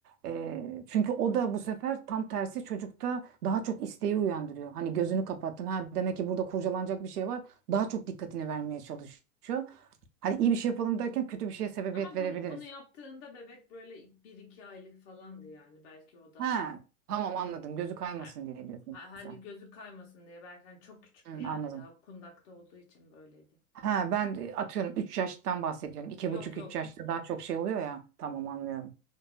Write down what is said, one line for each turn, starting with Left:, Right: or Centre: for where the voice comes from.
Right: E, çünkü o da bu sefer tam tersi çocukta daha çok isteği uyandırıyor. Hani gözünü kapattın ha demek ki burada kurcalanacak bir şey var. Daha çok dikkatini vermeye çalışıyor. Hani iyi bir şey yapalım derken kötü bir şeye sebebiyet
Left: ama
Right: verebiliriz.
Left: bunu, bunu yaptığında bebek böyle bir iki aylık falandı yani. Belki o da
Right: Ha, tamam anladım. Gözü kaymasın
Left: ha-
Right: diye diyorsun
Left: ha- hani
Right: sen.
Left: gözü kaymasın diye belki hani çok küçüktü
Right: Hı,
Left: yani
Right: anladım.
Left: daha kundakta olduğu için böyleydi.
Right: Ha, ben de atıyorum 3 yaştan bahsediyorum.
Left: Yok
Right: buçuk
Left: yok
Right: üç yaşta daha çok şey oluyor ya. Tamam anlıyorum.